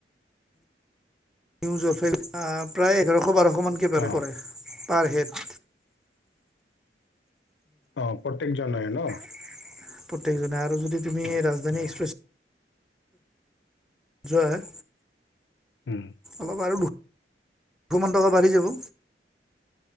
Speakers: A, in the centre; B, on the left.
A: নিউ জলপাইগুড়ি প্ৰায় এঘাৰশ বাৰশ মানকে পৰে
B: অ
A: পাৰ হেড।
B: অ' প্ৰত্যেকজনৰে ন'?
A: প্ৰত্যেকজনে আৰু যদি তুমি
B: আচ্ছা
A: ৰাজধানী এক্সপ্ৰেছ যোৱা
B: উম।
A: অলপ আৰু দু-দুশমান টকা বাঢ়ি যাব।